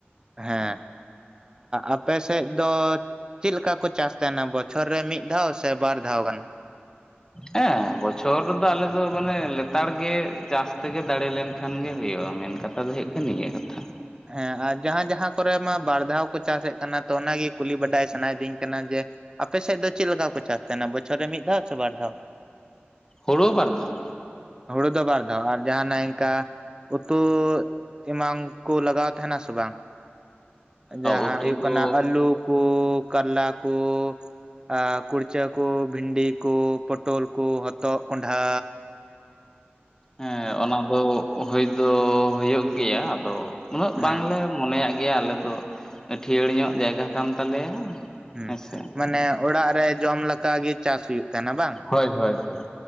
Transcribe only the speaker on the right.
ᱦᱮᱸ ᱟᱯᱮ ᱥᱮᱫ ᱫᱚ ᱪᱮᱫ ᱞᱮᱠᱟ ᱠᱚ ᱪᱟᱥ ᱛᱟᱦᱮᱱᱟ ᱵᱚᱪᱷᱚᱨ ᱨᱮ ᱢᱤᱫ ᱫᱷᱟᱣ ᱥᱮ ᱵᱟᱨ ᱫᱷᱟᱣ ᱜᱟᱱ?
ᱦᱮᱸ ᱟᱨ ᱡᱟᱸᱦᱟᱸ ᱡᱟᱸᱦᱟᱸ ᱠᱚᱨᱮ ᱢᱟ ᱵᱟᱨ ᱫᱷᱟᱣ ᱠᱚ ᱪᱟᱥᱮᱫ ᱠᱟᱱᱟ ᱛᱚ ᱚᱱᱟᱜᱮ ᱠᱩᱞᱤ ᱵᱟᱰᱟᱭ ᱥᱟᱱᱟᱭᱤᱫᱤᱧ ᱠᱟᱱᱟ ᱡᱮ᱾ ᱟᱯᱮ ᱥᱮᱫ ᱫᱚ ᱪᱮᱫ ᱞᱮᱠᱟ ᱠᱚ ᱪᱟᱥ ᱛᱟᱦᱮᱱᱟ ᱵᱚᱪᱷᱚᱨ ᱨᱮ ᱢᱤᱫ ᱫᱷᱟᱣ ᱥᱮ ᱵᱟᱨ ᱫᱷᱟᱣ?
ᱦᱩᱲᱩ ᱫᱚ ᱵᱟᱨ ᱫᱷᱟᱣ ᱟᱨ ᱡᱟᱦᱟᱱᱟᱜ ᱤᱱᱠᱟ ᱩᱛᱩ ᱮᱢᱟᱱ ᱠᱚ ᱞᱟᱜᱟᱣ ᱛᱟᱦᱮᱱᱟ ᱥᱮ ᱵᱟᱝ ᱡᱟᱸᱦᱟᱸ
ᱦᱩᱭᱩᱜ
ᱠᱟᱱᱟ ᱟᱹᱞᱩ ᱠᱚ ᱠᱟᱞᱞᱟ ᱠᱚ ᱟᱨ ᱠᱩᱲᱪᱟᱹ ᱠᱚ ᱵᱷᱤᱱᱰᱤ ᱠᱚ ᱯᱚᱴᱚᱞ ᱠᱚ ᱦᱚᱛᱚᱫ ᱠᱚᱸᱰᱷᱟ᱾
ᱦᱮᱸ
ᱦᱮᱸ
ᱢᱟᱱᱮ ᱚᱲᱟᱜ ᱨᱮ ᱡᱚᱢ ᱞᱮᱠᱟ ᱜᱮ ᱪᱟᱥ ᱦᱩᱭᱩᱜ ᱛᱟᱦᱮᱱᱟ ᱵᱟᱝ,